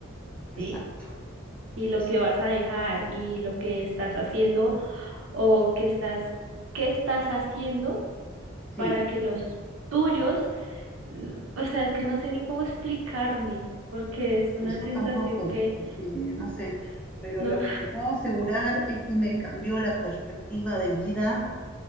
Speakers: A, in the centre; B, on the right (about 80°).
A: Exacto,
B: ¿sí? Y lo
A: exacto.
B: que vas a dejar y lo que estás haciendo o que estás, qué estás haciendo
A: Sí,
B: para que los tuyos, n- o sea, es que no sé ni cómo explicarme, porque es una
A: ni yo
B: sensación
A: tampoco,
B: que
A: porque no sé, pero
B: no,
A: lo que te puedo asegurar es que me cambió la perspectiva de vida,